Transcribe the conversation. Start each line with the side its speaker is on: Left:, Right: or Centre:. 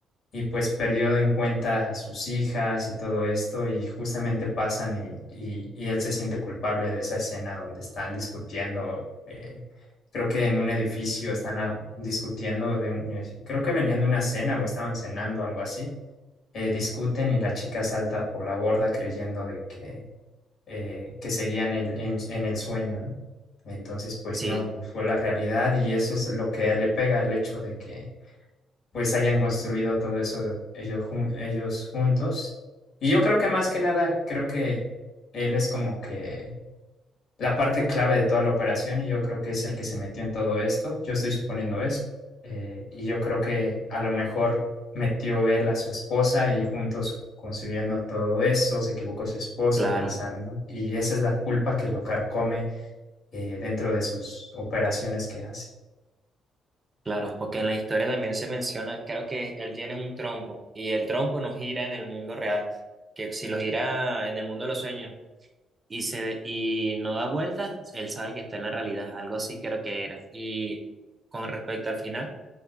Left: y pues perdió en cuenta a sus hijas y todo esto y justamente pasan y, y- y él se siente culpable de esa escena donde están discutiendo, eh, creo que en un edificio están a- discutiendo, de un- eh, creo que venían de una cena o estaban cenando, algo así, eh, discuten y la chica salta por la borda creyendo de que, eh, que seguían el- en, en el sueño, ¿no? Entonces, pues
Right: Sí,
Left: no, fue la realidad y eso es lo que a él le pega, el hecho de que pues hayan construido todo eso ellos, jun- ellos juntos. Y yo creo que más que nada, creo que él es como que la parte clave de toda la operación y yo creo que es el que se metió en todo esto. Yo estoy suponiendo eso. Eh, y yo creo que a lo mejor metió él a su esposa y juntos construyendo todo eso, se equivocó su esposa
Right: claro,
Left: pensando, y esa es la culpa que lo carcome eh, dentro de sus operaciones que hace.
Right: claro, porque en la historia también se menciona, creo que él tiene un trompo y el trompo no gira en el mundo real, que si lo gira en el mundo de los sueños y se y no da vueltas, él sabe que está en la realidad, algo así creo que era. Y con respecto al final